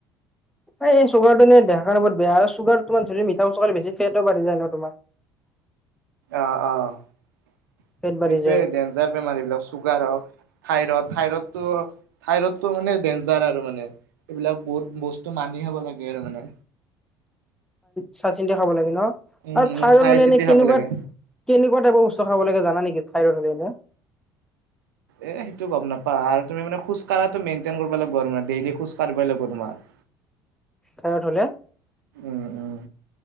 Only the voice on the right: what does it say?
অ অ সেইটোৱে
ডেঞজাৰ বেমাৰী বিলাক চুগাৰ হওক। থাইৰড থাইৰড টো থাইৰড তটো মানে ডেঞ্জাৰ আৰু মানে এইবিলাক বহুত বস্তু মানি। বলা গ মানে।
উম
উম
চাই
চিতি
খাব লাগে
এ সেইটো গম নাপা আৰু তুমি মে খোজ কঢ়াটো মেইনটেইন কৰিব লাগিব। ত ডেইলি খোজ কাঢ়িবই লাগিব তোমাৰ।
উম উম